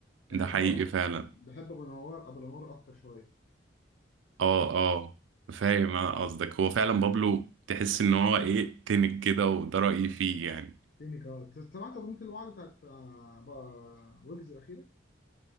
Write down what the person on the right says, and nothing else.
ده
حقيقي
فعلا
اه اه فاهم أنا قصدك هو فعلا بابلو تحس ان هو ايه تنك كده وده رأيي فيه يعني